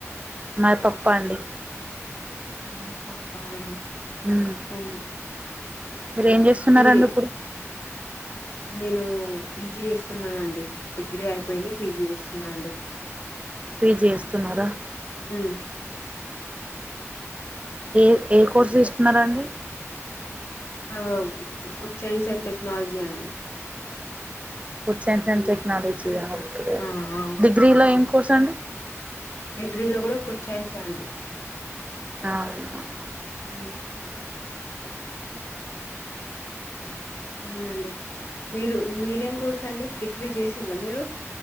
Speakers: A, on the right; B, on the left.
A: మది పప్పు అండి
B: మ్ పప్ప ఆ
A: మ్మ్. మీరు ఏం చేస్తున్నారండి
B: మీ
A: ఇప్పుడు
B: నేను పీజీ చేస్తున్నానండి డిగ్రీ అయిపోయింది పీజీ చేస్తున్నా అండి
A: పీజీ చేస్తున్నారా
B: మ్
A: ఏ ఏ కోర్సు తీసుకున్నారండి
B: ఆ ఫుడ్ సైన్స్ అండ్ టెక్నాలజీ అండి
A: ఫుడ్ సైన్స్ అండ్ టెక్నాలజీ ఆ ఓకే
B: ఆ ఆ
A: డిగ్రీలో
B: అవును
A: ఏం కోర్స్ అండి
B: డిగ్రీలో కూడా ఫుడ్ సైన్సు అండి
A: అవును
B: ఆ అవునండి మీరు మీరేం కోర్స్ అండి డిగ్రీ చేసిలా మీరు